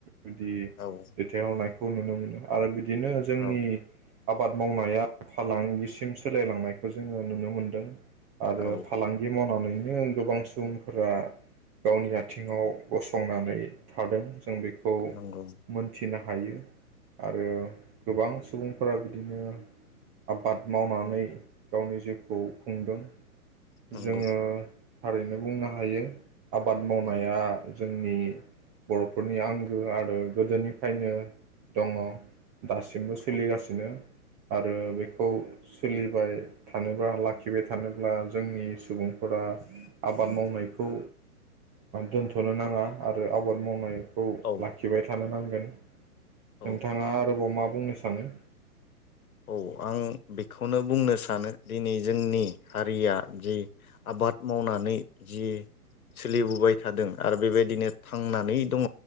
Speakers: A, on the right; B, on the left.
A: बिदि
B: औ
A: रनायखौ नुनो मोनो आरो बिदि बिदिनो जोंनि
B: औ
A: आबाद मावनाया फालांगिसिम सोलायलांनायखौ जोङो नुनो मोनदों। आरो
B: औ
A: फालांगि मन नानैनो गोबां सुबुंफोरा गावनि आथिङाव गसंनानै थादों। जों बेखौ
B: नंगौ
A: नो हायो आरो गोबां सुबुंफोरा बिदिनो आबाद मावनानै गावनि जिउखौ खुंदों।
B: नंगौ
A: जोङो थारैनो बुंनो हायो। आबाद
B: औ
A: मावनाया जोंनि बर'फोरनि आंगो आरो गोदोनिफ्रायनो दङ। दासिमबो सोलिगासिनो
B: औ
A: आरो बेखौ सोलिबाय थानोब्ला लाखिबाय थानोब्ला जोंनि सुबुंफोरा आबाद मावनायखौ दोनथ'नो नाङा आरो आबाद मावनाय खौ
B: औ
A: लाखिबाय थानो नां <inaudible>
B: औ
A: नोंथाङा आरोबाव मा बुंनो सानो
B: औ आं बेखौनो बुंनो सानो दिनै जोंनि हारिया जि आबाद मावनानै जि सोलिबोबाय थादों आरो बेबायदिनो थांनानै दङ